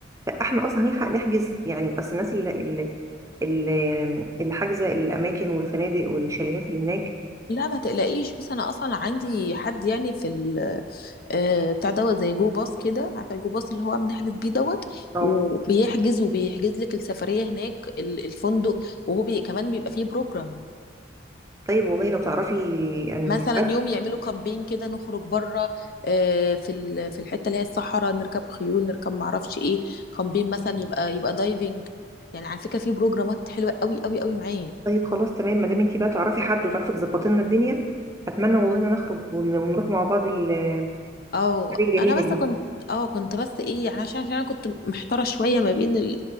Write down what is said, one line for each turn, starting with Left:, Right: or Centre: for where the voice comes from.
Right: فاحنا اصلا هنلحق نحجز يعني اصل الناس اللي اللي اللي اللي حاجزه الاماكن والفنادق والشاليهات اللي هناك
Left: لا ما تقلقيش بس انا اصلا عندي حد يعني في ال آه، بتاع دوت زي جو باص كده عارفه الجو باص اللي هو بنحجز بيه دوت
Right: اه
Left: وبيحجز وبيحجز لك السفريه هناك ال- الفندق وهو بي كمان بيبقى فيه بروجرام
Right: طيب والله لو تعرفي يعني
Left: مثلا
Right: حد
Left: يوم يعملوا كامبين كده نخرج بره آه، في ال- في الحته اللي هي الصحراء نركب خيول نركب معرفش ايه كامبين مثلا يبقى يبقى دايفنج يعني على فكره في بروجرامات حلوه قوي قوي قوي معاه
Right: طيب خلاص تمام ما دام انتي بقى تعرفي حد وتعرفي تظبطي لنا الدنيا اتمنى والله ان نخرج ون- ونروح مع بعض الحاجه
Left: او
Right: الجميله
Left: انا بس
Right: دي
Left: كنت اه كنت بس ايه يعني عشان عشان انا كنت محتاره شويه ما بين